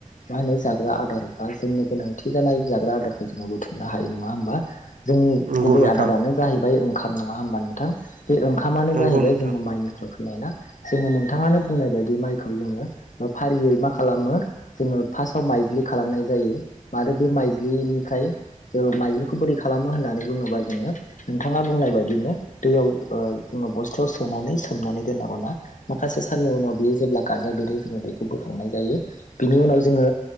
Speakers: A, on the left; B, on the right.
A: मा होनो जाग्रा आदार बा जोंनि गोनांथि जानाय जाग्रा आदारखौ जोङो बुथुमनो हायो नङा होमबा? जोंनि
B: नंगौ
A: गुबै
B: नोंथां
A: आदारानो जाहै फ्राय ओंखाम नङा होनोमबा नोंथां? बे ओंखामानो
B: नंगौ
A: जाहैबाय
B: नोंथां
A: जोङो माइनिफ्राय फैनाय ना। जोङो नोंथाङानो बुंनाय बायदि माइखौ जोङो फारियै मा खालामो जोङो फार्स्टआव माइज्लि खालामनाय जायो आरो बे माइज्लिनिफ्राय जों माइज्लिखौ बोरै खालामो होननानै बुङोबा जोङो नोंथाङा बुंनाय बायदिनो दैयाव ओ जोङो बस्थायाव सोनानै सोमनानै दोननांगौ ना माखासे साननि उनाव बेयो जेब्ला गाजा बेरो जोङो बेखौ बोखांनाय जायो बिनि उनाव जोङो